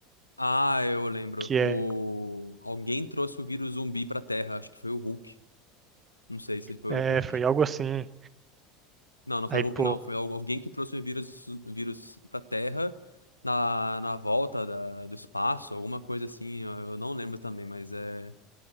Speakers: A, on the left (about 80°); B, on the right (about 25°).
A: Ah, eu lembro.
B: Que
A: O...
B: é...
A: Alguém trouxe o vírus zumbi pra Terra, acho que foi o Hulk. Não sei se ele foi
B: É,
A: o Hulk.
B: foi algo assim.
A: Não, não foi
B: Aí,
A: o Hulk,
B: pô...
A: não. Foi al- alguém que trouxe o vírus, vírus pra Terra na, na volta da, do espaço, alguma coisa assim. Eu, eu não lembro também, mas é,